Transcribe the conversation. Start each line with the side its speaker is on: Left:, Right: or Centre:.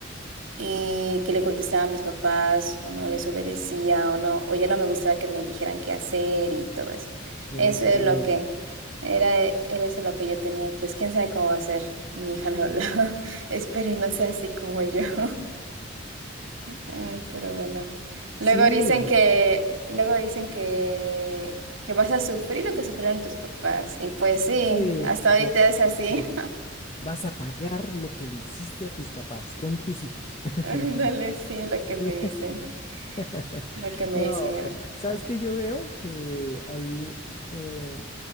Right: eh, que le contestaba a mis papás o no les obedecía o no, o ya no me gustaba que me dijeran qué hacer y todo eso.
Left: eras
Right: Eso es
Left: rebelde.
Right: lo que era, e, era eso lo que yo tenía. y Pues quién sabe cómo va a ser mi hija, la verdad. <laughs> Espero y no sea así como yo. <laughs> Ay, pero bueno. Luego
Left: Sí,
Right: dicen que, luego dicen que, que vas a sufrir lo que sufrieron tus papás. Y pues sí,
Left: Sí,
Right: hasta ahorita
Left: le-
Right: es así.
Left: es que vas a pagar lo que le hiciste a tus papás con tus hijos.
Right: <laughs>
Left: <laughs>
Right: Ándale, sí, lo
Left: Sí.
Right: que me dicen,
Left: <laughs>
Right: lo que me
Left: No,
Right: dicen.
Left: sabes que yo veo que ahí eh,